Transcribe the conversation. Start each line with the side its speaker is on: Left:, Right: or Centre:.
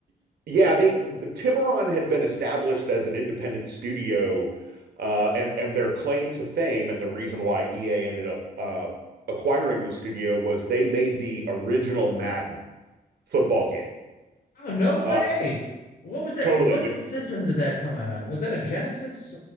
Right: yeah, they Tiburon had been established as an independent studio, uh, and and their claim to fame and the reason why EA ended up uh, acquiring the studio was they made the original Madden football game.
Left: Oh, no way.
Right: Uh,
Left: What was that?
Right: totally
Left: What
Right: with.
Left: did system did that come out on? Was that a Genesis